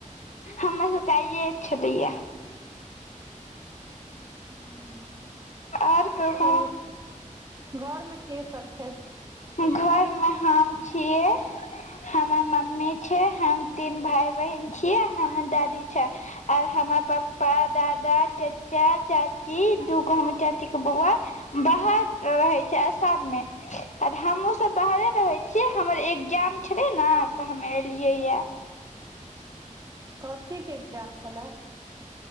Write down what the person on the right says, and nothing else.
ह्म्म,
चलू, घर में के सब छैथ?
कथी के एग्जाम छल्ला?